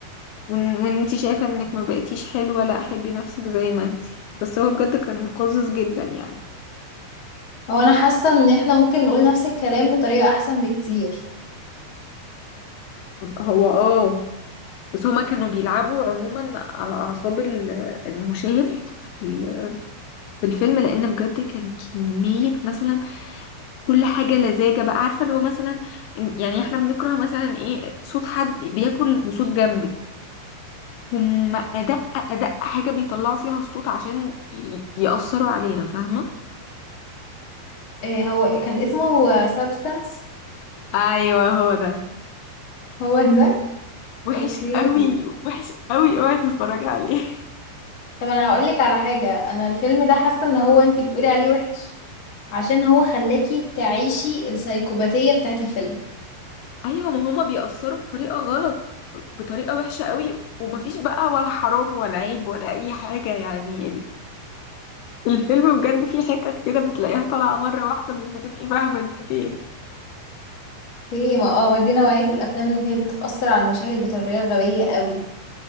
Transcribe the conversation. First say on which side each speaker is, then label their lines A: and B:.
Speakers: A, on the left; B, on the left.
A: وان... وانت شايفة انك ما بقيتيش حلوة لا حبي نفسك زي ما انت بس هو بجد كان قزز جدا يعني
B: هو أنا حاسة إن احنا ممكن نقول نفس الكلام بطريقة أحسن بكتير
A: هو اه بس هما كانوا بيلعبوا عموما على اعصاب ال- المشاهد في ال- في الفيلم لان بجد كان كمية مثلا كل حاجة لزاجة بقى عارفة اللي هو مثلا يعني احنا بنكره مثلا ايه صوت حد بياكل بصوت جنبك هم أدق أدق حاجة بيطلعوا فيها الصوت عشان ي- يأثروا علينا فاهمة
B: إيه هو كان اسمه سابستانس
A: أيوة هو ده
B: هو ده
A: وحش
B: اوكي
A: قوي وحش قوي اوعي تتفرجي عليه
B: طب انا هقولك على حاجة انا الفيلم ده حاسة ان هو انتي بتقولي عليه وحش عشان هو خلاكي تعيشي السايكوباتية بتاعت الفيلم
A: <laughs> أيوة ما هما بيأثروا بطريقة غلط ب- بطريقة وحشة قوي ومفيش بقى ولا حرام ولا عيب ولا أي حاجة يعني ال- الفيلم بجد فيه حتت كده بتلاقيها طالعة مرة واحدة مش بتبقي فاهمة انت فين
B: هي ما اه دي نوعية الأفلام اللي هي بتأثر على المشاهد بطريقة غبية قوي